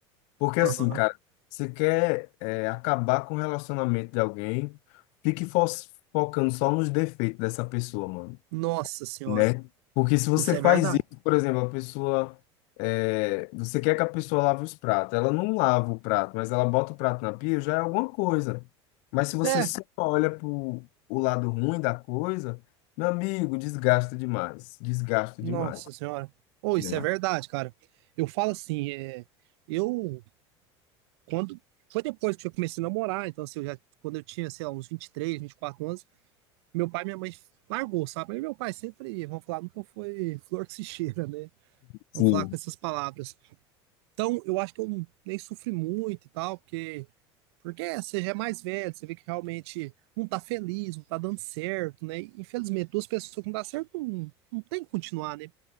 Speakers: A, on the left; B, on the right.
A: Porque assim,
B: Aham.
A: cara, você quer é, acabar com o relacionamento de alguém, fique fo- focando só nos defeitos dessa pessoa, mano,
B: Nossa senhora.
A: né? Porque se você
B: Isso é
A: faz
B: verdade.
A: isso, por exemplo, a pessoa, é, você quer que a pessoa lave os pratos, ela não lava o prato, mas ela bota o prato na pia, já é alguma coisa. Mas se você
B: É,
A: só olha pro o lado ruim da coisa, meu amigo, desgasta demais, desgasta
B: nossa
A: demais,
B: senhora. Ou
A: né?
B: isso é verdade, cara. Eu falo assim, é, eu quando foi depois que eu comecei a namorar, então assim, eu já quando eu tinha, sei lá, uns vinte vinte três vinte e quatro anos, meu pai e minha mãe largou, sabe? Mas meu pai sempre, vamos falar, nunca foi <laughs> flor que se cheira, né?
A: Sim.
B: Vamos falar com essas palavras. Então, eu acho que eu nem sofri muito e tal, porque Porque você já é mais velho, você vê que realmente não tá feliz, não tá dando certo, né? E, Infelizmente, duas pessoas que não dá certo não, não tem que continuar, né?